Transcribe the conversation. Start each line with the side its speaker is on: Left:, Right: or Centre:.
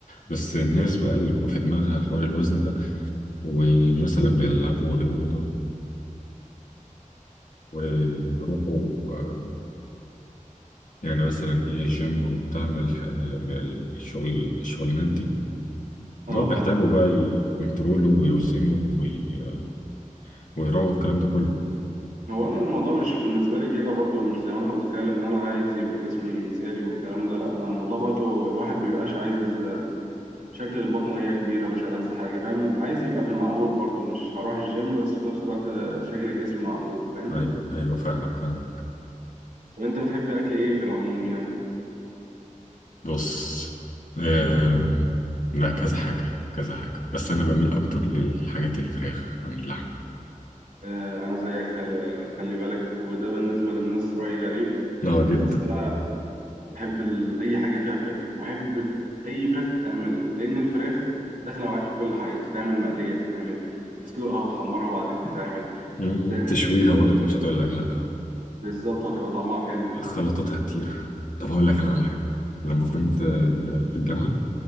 Left: بس الناس بقى اللي بيبقى في دماغها حوار الوزن ده ومثلا بيلعبوا رياضة وبيروحوا آه، يعني مثلا ايه جيم وبتعمل ح- من الشغل الشغلانات دي
Right: اه
Left: إن هو بيحتاجوا
Right: فاهم
Left: بقى يكنترولوا ويوزنوا وي- ويراعوا الكلام ده كله
Right: هو انا الموضوع مش بالنسبه لي كده برضو مش زي ما انت متخيل ان انا عايز يبقى جسمي مثالي والكلام ده لا انا الموضوع برضو الواحد بيبقاش عايز شكل البطن وهي كبيره مش ألذ حاجه فاهم عايز يبقى في المعقول برضو مش هروح الجيم بس في نفس الوقت آه، شكل الجسم معقول فاهم
Left: ايوه ايوه فاهمك فاهمك
Right: طب انت بتحب اكل ايه في العموم يعني
Left: بص آه... لا كذا حاجة كذا حاجة بس أنا بميل أكتر للحاجات الفراخ عن اللحم
Right: آه، أنا زيك خلي خلي بالك وده بالنسبة للناس رأي غريب
Left: اه
Right: بس
Left: جدا
Right: أنا بحب ال... أي حاجة فيها فراخ وبحب أي فراخ تتعمل لأن الفراخ داخلة معاك في كل حاجة تتعمل مقلية تتعمل تسلقها وتحمرها وبعدين تتعمل
Left: مم،
Right: ت...
Left: تشويها برضه مش هتقول لك لا
Right: بالظبط وهتبقى طعمها حلو
Left: خلطاتها كتير طب هقول لك أنا على حاجة لما كنت آه، في الجامعة